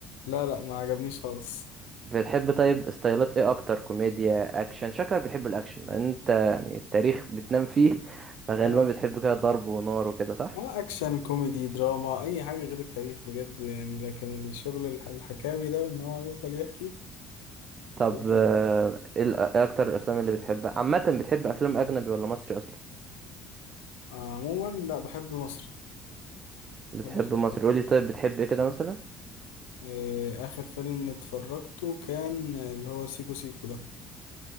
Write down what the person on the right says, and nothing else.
بتحب طيب ستايلات ايه اكتر كوميديا اكشن شكلك بتحب الاكشن لان انت يعني التاريخ بتنام فيه فغالبا
بتحب كده ضرب ونار وكده صح
طب
آه،
ايه الأ- إيه اكتر الافلام اللي بتحبها عامه بتحب افلام اجنبي ولا مصري اصلا
بتحب
مصري
قولي طيب بتحب ايه كده مثلا